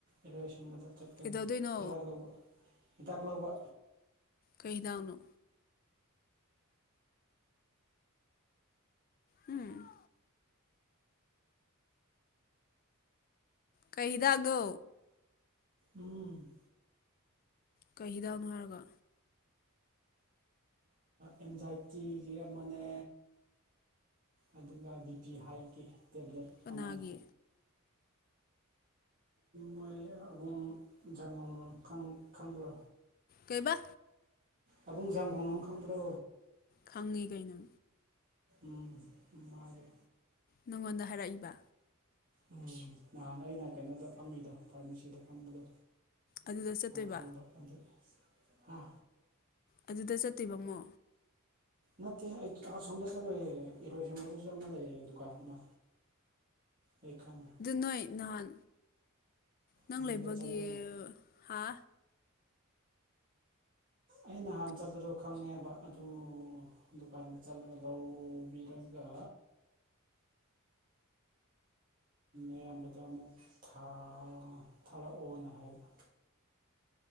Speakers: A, on the right; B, on the left.
A: ꯏꯔꯣꯏ ꯁꯦꯝꯕꯗ ꯆꯠꯀꯅꯤ
B: ꯀꯩꯗꯧꯗꯣꯏꯅꯣ
A: ꯍꯤꯗꯥꯛ ꯂꯧꯕ ꯍꯤꯗꯥꯛ ꯂꯧꯕ
B: ꯀꯩꯗꯥꯎꯅ ꯎꯝ ꯀꯩꯗꯥꯛꯗꯣ
A: ꯎꯝ
B: ꯀꯩ ꯍꯤꯗꯥꯛꯅꯣ ꯍꯥꯏꯔꯒ
A: ꯑꯦꯟꯖꯥꯏꯇꯤꯒꯤ ꯑꯃꯅꯦ ꯑꯗꯨꯒ ꯕꯤ ꯄꯤ ꯍꯥꯏꯒꯤ ꯇꯦꯕ꯭ꯂꯦꯠ
B: ꯀꯅꯥꯒꯤ
A: ꯑꯃꯅꯤ ꯃꯣꯏ ꯑꯕꯨꯡꯟꯁꯥꯡ ꯈꯪꯕ꯭ꯔꯣ
B: ꯀꯩꯕ
A: ꯑꯕꯨꯡꯖꯒꯨꯡꯂꯣ ꯈꯪꯕ꯭ꯔꯣ
B: ꯐꯪꯉꯤꯒꯥꯏꯅ
A: ꯎꯝ ꯃꯥꯜꯂꯤ
B: ꯅꯪꯉꯣꯟꯗ ꯍꯥꯏꯔꯛꯏꯕ
A: ꯎꯝ ꯅꯍꯥꯟ ꯑꯩꯅ ꯀꯩꯅꯣꯗ ꯐꯝꯃꯤꯗꯣ ꯐꯥꯔꯃꯥꯁꯤꯗ ꯐꯝꯕꯗꯣ
B: ꯑꯗꯨꯗ ꯆꯠꯇꯣꯏꯕ
A: ꯑꯈꯪꯕ ꯑꯗꯨ ꯎ
B: ꯑꯗꯨꯗ ꯆꯠꯇꯤꯕꯃꯣ
A: ꯅꯠꯇꯦ ꯑꯩ ꯑꯁꯣꯝꯗ ꯆꯠꯂꯨꯦ ꯏꯔꯣꯏꯁ ꯃꯗꯨꯁꯨ ꯑꯃ ꯂꯩꯌꯦ ꯗꯨꯀꯥꯟ ꯑꯃ ꯑꯩ ꯈꯪꯉꯦ
B: ꯅꯣꯏ ꯅꯥꯟ ꯅꯪ
A: ꯑꯗꯨꯗ
B: ꯂꯩꯕꯒꯤ
A: ꯆꯠꯂꯒ
B: ꯍꯥ
A: ꯑꯩ ꯅꯍꯥꯟ ꯆꯠꯄꯗꯣ ꯈꯪꯉꯦꯕ ꯑꯗꯨ ꯗꯨꯀꯥꯟꯗ ꯆꯠꯂꯒ ꯂꯧꯕꯤꯔꯒ ꯑꯌꯥꯝꯕꯗ ꯑꯃꯨꯛ ꯊꯥꯔꯛꯑꯣꯅ ꯍꯥꯏꯕ